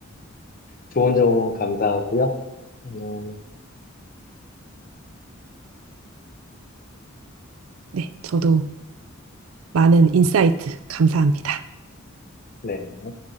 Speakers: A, on the left (about 45°); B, on the right (about 80°).
A: 좋은 조언 감사하고요. 오늘,
B: 네, 저도 많은 인사이트 감사합니다.
A: 네.